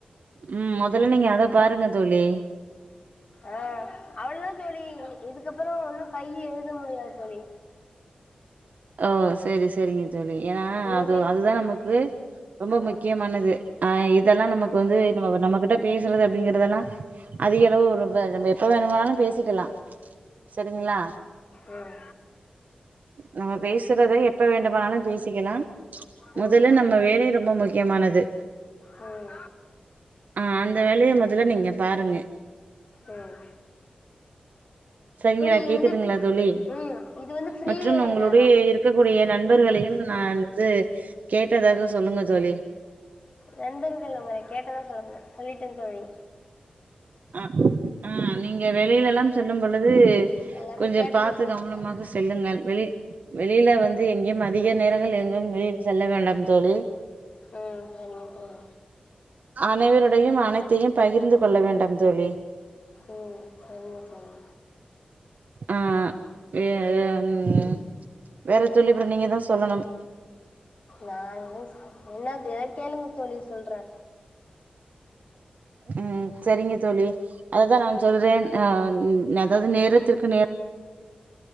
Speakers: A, on the right (about 65°); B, on the left (about 45°).
A: ம் மொதல்ல நீங்க அத பாருங்க தோழி
B: அ அவ்ளோதா தோழி இதுக்கப்றோ ஒன்னு கை எழுத முடியாது தோழி
A: ஓ செரி செரிங்க தோழி ஏன்னா
B: இனிமே
A: அது அதுதா
B: ம்
A: நமக்கு ரொம்ப முக்கியமானது
B: ம்
A: அ இதல்லா நமக்கு
B: ம்
A: வந்து நம்ம நம்ம கிட்ட பேசுறது அப்டிங்கிறதெல்லா அதிக அளவு ரொம்ப நம்ம எப்ப வேணுமானாலு பேசிக்கலா செரிங்களா
B: உம்
A: நம்ம பேசுறத எப்ப வேண்டுமானாலு பேசிக்கலா மொதல்ல
B: ம்
A: நம்ம வேலை ரொம்ப முக்கியமானது
B: உம்
A: அ அந்த வேலய மொதல்ல நீங்க பாருங்க
B: உம்
A: சரிங்களா
B: இது
A: கேக்குதுங்களா
B: வந்து
A: தோழி
B: ம் இது வந்து ஃப்ரீ
A: மற்றும் உங்களுடைய
B: நேரம்
A: இரு க்கக் கூடிய நண்பர்களையு நான் வந்து கேட்டதாக சொல்லுங்க தோழி
B: நண்பர்கள உங்களை கேட்டதா சொல்லுங்க சொல்லிட்டேந் தோழி
A: அ அ நீங்க வெளியிலல்லாம் செல்லும் பொழுது
B: எல்லாரையு
A: கொஞ்சம்
B: கேட்டத
A: பாத்து
B: சொல்ல
A: கவனமாக
B: சொன்னாங்க
A: செல்லுங்கள் வெளி யில வந்து எங்கும் அதிக நேரங்கள் எங்கும் வெளியில் செல்ல வேண்டாம் தோழி
B: உம் சரிங்க தோழி
A: அனைவருடையும் அனைத்தையும் பகிர்ந்து கொள்ள வேண்டும் தோழி
B: உம் சரிங்க தோழி
A: அ வே உம் வேற தோழி அப்றம் நீங்க தா சொல்லணும்
B: நா எது சொ என்னா எதா கேளுங்க தோழி சொல்றே
A: உம் சரிங்க தோழி அததா நா
B: ம்
A: சொல்றேன் அ அதாவது நேரத்திற்கு நே